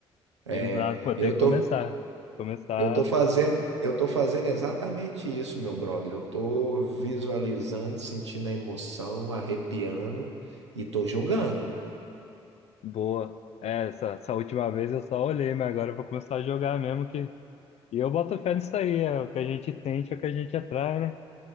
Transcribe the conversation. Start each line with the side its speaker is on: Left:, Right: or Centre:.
Right: É,
Left: Exato, pô, tem
Right: eu
Left: que
Right: tô
Left: começar. Começar
Right: Eu tô fazendo, eu tô fazendo exatamente isso, meu brother. Eu tô visualizando, sentindo a emoção, arrepiando e tô julgando.
Left: boa. É, essa, essa última vez eu só olhei, mas agora eu vou começar a jogar mesmo que. E eu boto fé nisso aí, é o que a gente sente, é o que a gente atrai, né?